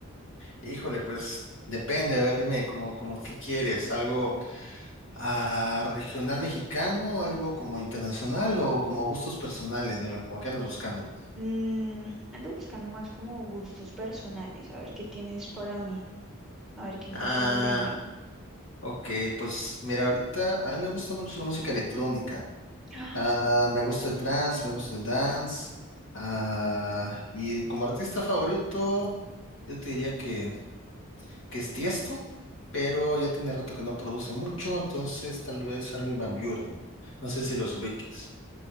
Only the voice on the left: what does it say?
Híjole, pues depende. A ver, dime, como, como qué quieres? ¿Algo ah, regional mexicano? ¿Algo como internacional o como gustos personales? Dime, ¿cómo qué andas buscando?
Ah,
ok, pues mira, ahorita a mí me gusta mucho la música electrónica.
Ah,
me gusta el trance, me gusta el dance. Ah, y como artista favorito, yo te diría que que es Tiesto, pero ya tiene rato que no produce mucho, entonces tal vez Armin van Buren. No sé si los ubiques.